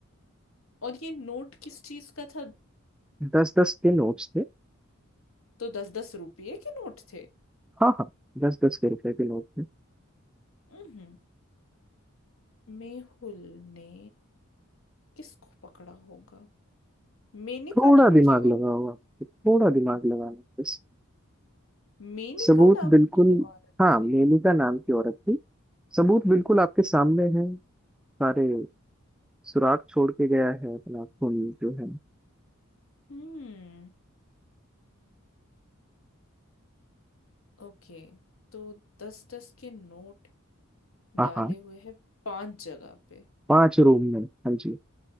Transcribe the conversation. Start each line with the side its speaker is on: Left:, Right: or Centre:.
Left: और ये नोट किस चीज का था
Centre: दस दस के नोट्स थे
Left: तो दस दस रुपये के नोट थे
Centre: हाँ हाँ दस दस के रुपए के नोट थे
Left: हम्म मेहुल ने किसको पकड़ा होगा मेनका
Centre: थोड़ा
Left: नाम
Centre: दिमाग
Left: की और
Centre: लगाओ आपको थोड़ा दिमाग लगाना है बस
Left: मेनका
Centre: सबूत
Left: नाम
Centre: बिल्कुल
Left: की औरत
Centre: हाँ
Left: थे
Centre: मेलिका नाम की औरत थी सबूत बिल्कुल आपके सामने है सारे सुराग छोड़ के गया है अपना खून जो है
Left: हम्म ओके तो दस दस के नोट
Centre: हाँ
Left: डाले
Centre: हाँ
Left: हुए हैं पांच जगह पे
Centre: पांच रूम में हाँ जी